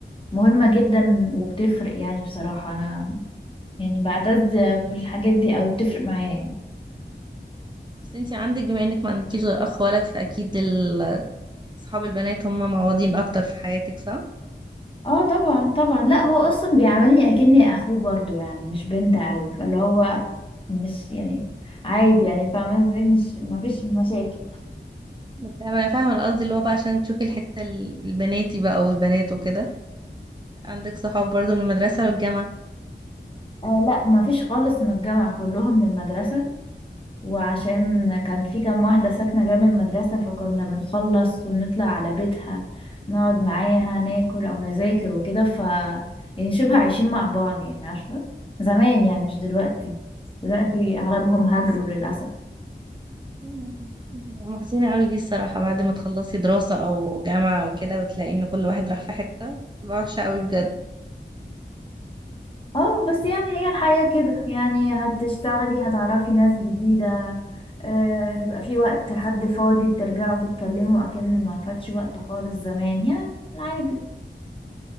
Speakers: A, on the left; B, on the right.
A: مهمة جدا وبتفرق يعني بصراحة انا يعني بعتز بالحاجات دي او بتفرق معايا يعني
B: بس انتي عندك بما إنك ما عندكيش غير أخ ولد فأكيد ال- صحاب البنات هم معوضين أكتر في حياتك صح؟
A: اه طبعا طبعا لا هو اصلا بيعاملني اكني اخوه برضو يعني مش بنت قوي فاللي هو مش يعني عادي يعني فاهمة ازاي مش مفيش مشاكل
B: بس أنا فاهمة القصد اللي هو بقى عشان تشوفي الحتة ال- البناتي بقى والبنات وكده عندك صحاب برضو من المدرسة والجامعة
A: آه لا مفيش خالص من الجامعة كلهم من المدرسة وعشان كان في كام واحدة ساكنة جنب المدرسة فكنا بنخلص ونطلع على بيتها نقعد معاها ناكل أو نذاكر وكده ف يعني شبه عايشين مع بعض يعني عارفة زمان يعني مش دلوقتي دلوقتي أغلبهم هاجروا للأسف
B: مم. محزنة قوي دي الصراحة بعد ما تخلصي دراسة أو جامعة أو كده وتلاقي إن كل واحد راح في حتة بتبقى وحشة قوي بجد
A: اه بس يعني هي الحياة كده يعني هتشتغلي هتعرفي ناس جديدة آه، هيبقى في وقت حد فاضي ترجعوا تتكلموا أكن ما فاتش وقت خالص زمان يعني العادي